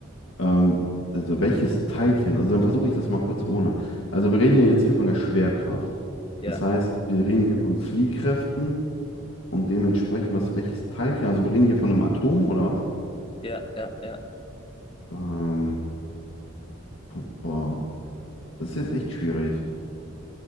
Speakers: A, on the left; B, on the left.
A: Ähm, also welches Teilchen? Also dann versuche ich das mal kurz ohne. Also wir reden ja jetzt hier von der Schwerkraft.
B: Ja,
A: Das heißt, wir reden hier von Fliehkräften und dementsprechend, was, welches Teilchen? Also wir reden hier von einem Atom oder was?
B: ja, ja, ja.
A: Ähm, von, boah, das ist jetzt echt schwierig.